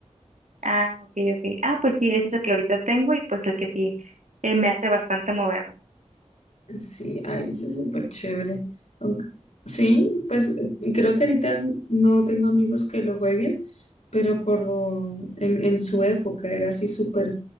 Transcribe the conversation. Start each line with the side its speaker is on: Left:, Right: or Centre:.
Right: Ah, ok, ok. Ah, pues sí, ese es el que ahorita tengo y pues el que sí eh, me hace bastante moverme.
Left: Sí, ay, eso es súper chévere. Aunque- Sí, pues eh, creo que ahorita no tengo amigos que lo jueguen, pero por lo, en, en su época era así súper,